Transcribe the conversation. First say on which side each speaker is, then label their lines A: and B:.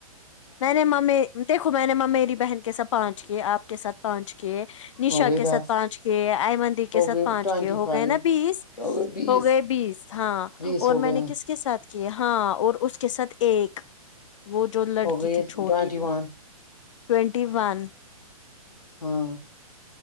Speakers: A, on the left; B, on the left.
A: میں نے ممی دیکھو میں نے ممیری بہن کے ساتھ پانچ کیے آپ کے ساتھ پانچ کیے نشا
B: ہو گئے
A: کے
B: دس
A: ساتھ پانچ کیے آئمن دی
B: ہو
A: کے ساتھ
B: گئے
A: پانچ
B: ٹوینٹی
A: کیے ہو
B: فائیو
A: گئے نا بیس
B: گئے بیس
A: ہو گئے بیس ہاں
B: بیس
A: اور
B: ہو گئے
A: میں
B: ہیں
A: نے کس کے ساتھ کی ہاں اور اس کے ساتھ ایک وہ جو لڑکی
B: ہو گئے
A: تھی چھوٹی
B: ٹوینٹی ون
A: ٹوئنٹی ون
B: ہاں